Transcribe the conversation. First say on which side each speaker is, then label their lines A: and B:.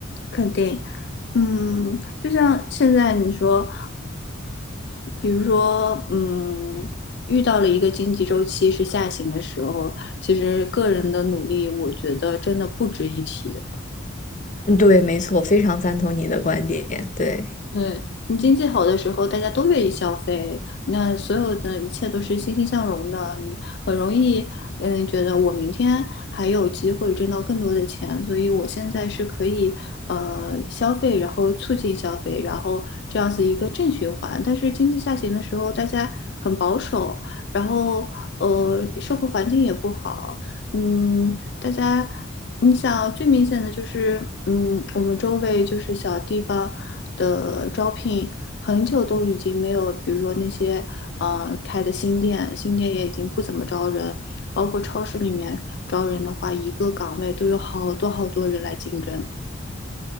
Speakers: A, on the left; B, on the left.
A: 肯定。嗯，就像现在你说。比如说，嗯，遇到了一个经济周期是下行的时候，其实个人的努力，我觉得真的不值一提。
B: 嗯，对，没错，非常赞同你的观点，对。
A: 对，你经济好的时候，大家都愿意消费，那所有的一切都是欣欣向荣的，你很容易，嗯，觉得我明天还有机会挣到更多的钱，所以我现在是可以，呃，消费，然后促进消费，然后这样子一个正循环。但是经济下行的时候，大家很保守，然后，呃，社会环境也不好，嗯，大家。你想最明显的就是，嗯，我们周围就是小地方的招聘，很久都已经没有，比如说那些呃开的新店，新店也已经不怎么招人，包括超市里面招人的话，一个岗位都有好多好多人来竞争，